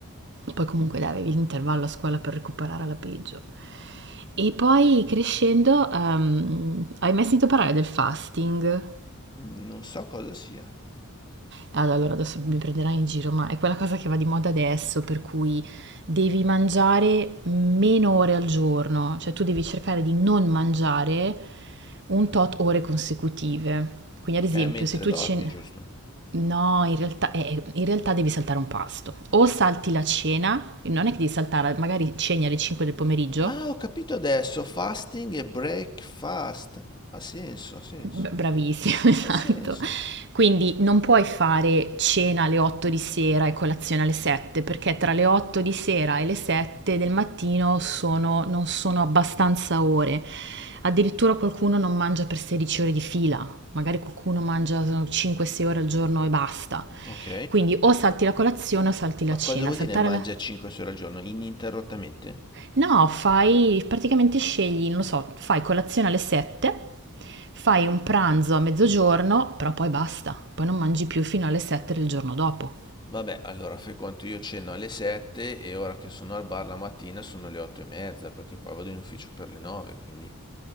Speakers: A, on the right; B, on the left.
A: Poi comunque dai, avevi l'intervallo a scuola per recuperare alla peggio. E poi crescendo, ehm, hai mai sentito parlare del fasting?
B: Mm, Non so cosa sia.
A: Ah, Allora adesso mi prenderai in giro, ma è quella cosa che va di moda adesso, per cui devi mangiare meno ore al giorno, cioè tu devi cercare di non mangiare un tot ore consecutive. Quindi ad
B: È
A: esempio
B: mentre
A: se tu
B: dormi,
A: ceni...
B: giusto?
A: No, in realtà, eh, eh, in realtà devi saltare un pasto. O salti la cena, non è che devi saltare, magari ceni alle 5 del pomeriggio,
B: Ah, ho capito adesso. Fasting e breakfast. Ha senso, ha senso.
A: B- Bravissimo, <laughs> esatto.
B: Ha senso.
A: Quindi non puoi fare cena alle 8 di sera e colazione alle 7, perché tra le 8 di sera e le 7 del mattino sono- non sono abbastanza ore. Addirittura qualcuno non mangia per 16 ore di fila, magari qualcuno mangia 5-6 ore al giorno e basta.
B: Ok.
A: Quindi o salti la colazione o salti la
B: Ma
A: cena.
B: cosa vuol
A: Saltare
B: dire mangia
A: la...
B: 5 ore al giorno ininterrottamente?
A: No, fai praticamente scegli, non lo so, fai colazione alle 7, fai un pranzo a mezzogiorno, però poi basta, poi non mangi più fino alle 7 del giorno dopo.
B: Vabbè, allora fai conto, io ceno alle 7 e ora che sono al bar la mattina sono le 8 e mezza perché poi vado in ufficio per le 9, quindi...